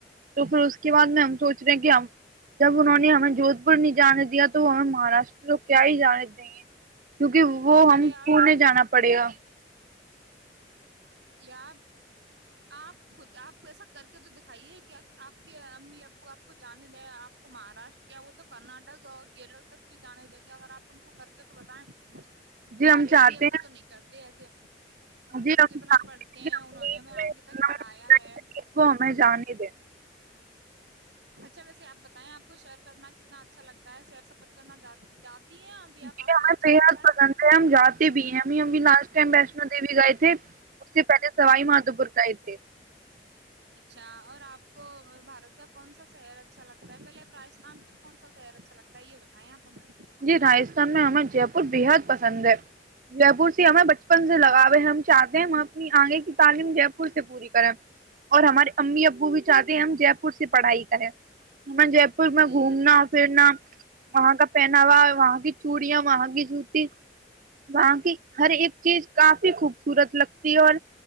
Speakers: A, on the right (about 50°); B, on the right (about 75°).
A: تو پھر اس کے بع میں ہم سوچ رہے ہیں کہ ہم جب انہوں نے ہمیں جوھ پور نہیں جانے دیا تو وہ ہمیں مہاراشٹر تو کیا ہی جانے دیں گے کیونکہ وہ ہم
B: ارے آپ
A: پونے جانا پڑے گا
B: یا آپ خود آپ کو ایسا کر کے تو دکھائیے کیا آپ کے امی ابو آپ کو جانے دیں آپ کو مہاراشٹر کیا وہ تو کرناٹک اور کیرل تک بھی جانے دیں گے اگر آپ ان کو کر کے تو بتائیں
A: جی
B: ماری
A: ہم چاہتے
B: امی ابو
A: ہیں
B: تو نہیں کرتی دیا سیا
A: جی چاہتے
B: پڑھتے ہیں
A: کہ
B: انہوں
A: اپنی
B: نے ہمیں آگے تک پڑھایا
A: تہذیب
B: ہے
A: کو ہمیں جانے دیں
B: اچھا ویسے آپ بتائیں آپ کو سئر کرنا کتنا اچھا لگتا ہے سر سفر کرنا ہیں ابھی آپ
A: جی
B: آپ
A: ہمیں
B: کو اچھا
A: بےحد
B: لگتا
A: پسند ہے ہم جاتے بھی ہیں ہم ہم بھی لاسٹ ٹائم ویشنو دیوی گئے تھے اس سے پہلے سوائی مادھو پور کا ہی تھے
B: اچھا اور آپ کو بھارت کا کون سا شہر اچھا لگتا ہے پہلے ابراجستھان کا کون سا شہر اچھا لگتا ہے یہ بتائیں آپ ہمیں
A: جی راجستھان میں ہمیں جے پور بےحد پسند ہے جے پور سے ہمیں بچپن سے لگاو ہے ہم چاہتے ہیں ہم اپنی آگے کی تعلیم جے پور سے پوری کریں اور ہمارے امی ابو بھی چاہتے ہیں ہم جے پور سے پڑھائی کریں ہم جے میں
B: جی
A: گھومنا
B: اچھا
A: پھرنا
B: ہے
A: وہاں کا وہاں کی چوڑیاں وہاں کی جوتی وہاں کی ہر ایک چیز کافی خوبصورت لگتی ہے اور